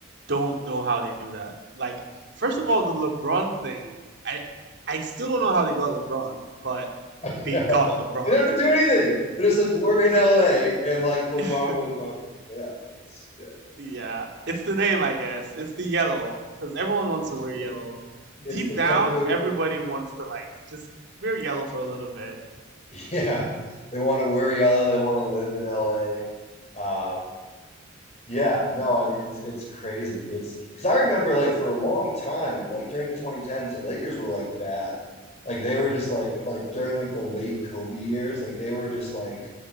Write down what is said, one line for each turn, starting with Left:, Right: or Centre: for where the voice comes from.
Right: don't know how they do that. Like, first
Left: Yeah.
Right: of all, the LeBron thing. I I still don't know how they got LeBron, but
Left: <laughs> I
Right: they
Left: know.
Right: got LeBron.
Left: They don't have to do anything. They're just like we're in LA and like LeBron
Right: <laughs>
Left: will come. Yeah, it's yeah.
Right: Yeah, it's the name, I guess. It's the yellow because everyone wants
Left: It's
Right: to wear yellow.
Left: it's it's
Right: Deep
Left: the
Right: down,
Left: purple and
Right: everybody
Left: gold
Right: wants to like just wear yellow for a little bit.
Left: <laughs> yeah, they want to wear yellow. They want to live in LA. Um, yeah, no, I mean it's it's crazy. It's because I remember like for a long time, like during the 2010s, the Lakers were like bad. Like they were just like like during like the late Kobe years, like they were just like